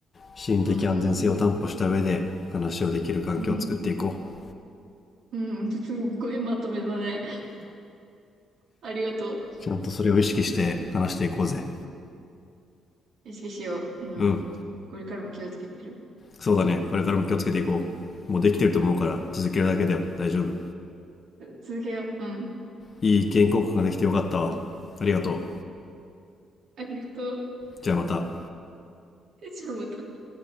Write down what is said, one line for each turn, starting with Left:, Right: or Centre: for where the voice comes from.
Left: 心理的安全性を担保した上で話をできる環境を作っていこう。
Right: うん、うん、うん、うん。すっごいまとめだね。ありがと
Left: ちゃんとそれを意識して話していこうぜ。
Right: う。意識しよう。うん。
Left: うん。
Right: これからも気をつける。
Left: そうだね。これからも気をつけていこう。もうできてると思うから続けるだけだよ。大丈夫。
Right: 続けよう。うん。
Left: いい意見交換ができてよかったわ。ありがとう。
Right: ありがと
Left: じゃあまた。
Right: う。じゃあまた。